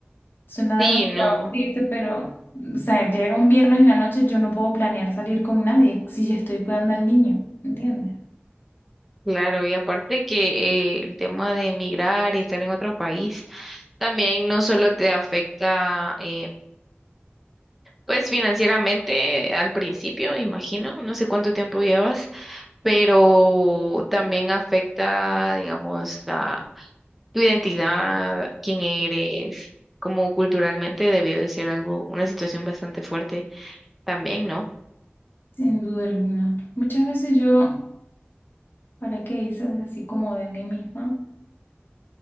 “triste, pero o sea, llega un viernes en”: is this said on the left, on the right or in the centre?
Left